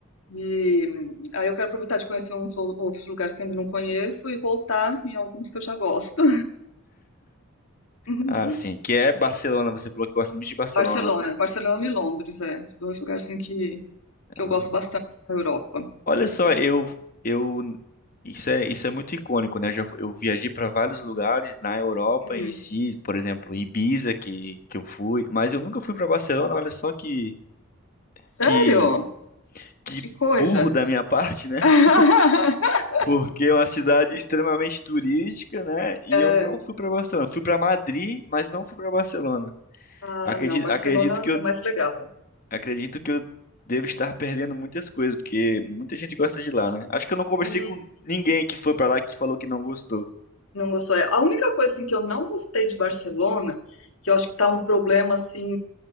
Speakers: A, on the left; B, on the left.
A: E hum, aí eu quero aproveitar de conhecer uns ou- outros lugares que eu ainda não conheço e voltar em alguns que eu já gosto. <laughs>
B: Ah, sim, que é Barcelona, você falou que gosta muito de Barcelona,
A: Barcelona,
B: né?
A: Barcelona e Londres, é, os dois lugares assim que, que
B: Ah,
A: eu gosto bastante na Europa.
B: olha só, eu eu isso é isso é muito icônico, né? Já, eu viajei para vários lugares na Europa
A: Hum.
B: em si, por exemplo, Ibiza que que eu fui, mas eu nunca fui para Barcelona, olha só que
A: Sério?
B: que que
A: Que coisa!
B: burro da minha parte, né? <laughs>
A: <laughs>
B: Porque é uma cidade extremamente turística, né? E
A: É,
B: eu não fui para Barcelona. Fui para Madrid, mas não fui para Barcelona.
A: ah,
B: Acredito,
A: não, Barcelona
B: acredito que eu
A: é mais legal.
B: Acredito que eu devo estar perdendo muitas coisas, porque muita gente gosta de lá, né? Acho que eu não conversei
A: Uhum,
B: com ninguém que foi pra lá que falou que não gostou.
A: não gostou. É, A única coisa assim, que eu não gostei de Barcelona, que eu acho que tá um problema assim